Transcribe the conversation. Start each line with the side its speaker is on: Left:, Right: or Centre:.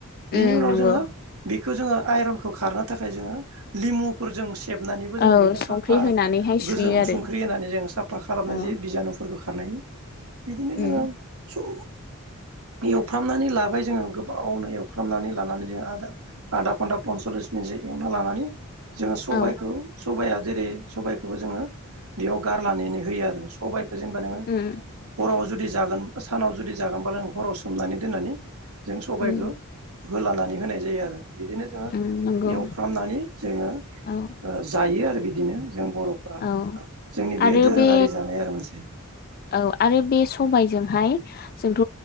Left: उम
Right: बिनि उनाव
Left: नंगौ
Right: जोङो बेखौ जोङो आइरनखौ खारनो थाखाय जोङो लिमुफोरजों सि सेेबनानैबो जोङो
Left: औ
Right: बेखौ
Left: संख्रि
Right: साफा
Left: होनानैहाय सुयो
Right: गोजों
Left: आरो
Right: संख्रि होनानै जों साफा खालामनाय
Left: औ
Right: जे बिजानुफोरखौ खारनाय बिदिनो
Left: उम
Right: जोङो स एवफ्रामनानै लाबाय जोङो गोबावनो एवफ्रामनानै लानानै जोङो आदा आधा घन्टा पनसल्लिस मिनिटसो एवना लानानै जोङो सबायखौ
Left: औ
Right: सबाइआ जेरै सबायखौबो जोङो बेयाव गारनानै होयो आरो सबाय जेनेबा नोङो
Left: उम
Right: हराव जुदि जागोन सानाव जुदि जागोनबा नों हराव सोमनानै दोननानै जों सबायखौ
Left: उम
Right: होलानानै होनाय जायो आरो। बिदिनो जोङो
Left: उम नंगौ
Right: एवफ्रामनानै जोङो ओ
Left: औ
Right: जायो आरो बिदिनो। जों बर'फ्रा
Left: औ
Right: जोंनि बेयो
Left: आरो
Right: दोरोङारि
Left: बे
Right: जानाय आरो मोनसे।
Left: औ आरो बे सबायजोंहाय जोंथ